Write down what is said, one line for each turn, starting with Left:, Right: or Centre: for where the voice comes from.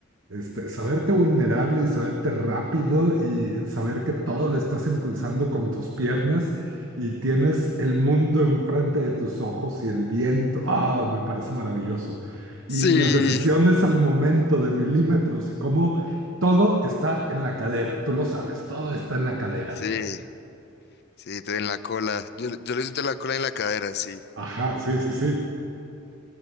Right: Este, saberte vulnerable y saberte rápido y saber que todo lo estás impulsando con tus piernas y tienes el mundo enfrente de tus ojos y el viento. Ah, me parece maravilloso. Y
Left: Sí,
Right: las decisiones al momento de milímetros y cómo todo está en la cadera. Tú lo sabes, todo está en la cadera.
Left: sí, sí, en la cola. Yo, yo le siento la cola en la cadera, sí.
Right: Ajá, sí, sí, sí.